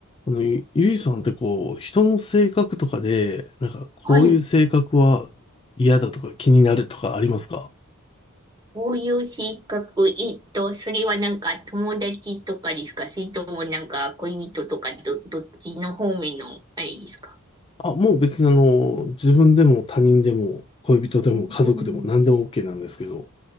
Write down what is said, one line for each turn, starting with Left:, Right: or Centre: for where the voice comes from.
Left: あの、ゆゆいさんってこう、人の性格とかで、なんかこういう性格は嫌だとか気になるとかありますか
Right: はい。こういう性格、えっと、それはなんか友達とかですかそれともなんか恋人とかど、どっちの方面のあれですか
Left: あ、もう別にあの、自分でも他人でも恋人でも家族でも何でも
Right: うん
Left: OK なんですけど、